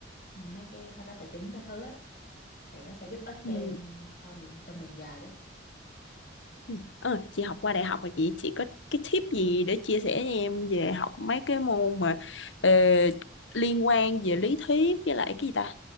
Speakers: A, on the left (about 50°); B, on the left (about 80°).
A: mấy cái báo cáo tài chính cái thứ á thì nó sẽ giúp ích cho
B: ừ.
A: em sau đường trong đường dài đó
B: ừ. Ờ, chị học qua đại học rồi chị chị có cái tip gì để chia sẻ cho em về học mấy cái môn mà ờ, liên quan về lý thuyết với lại cái gì ta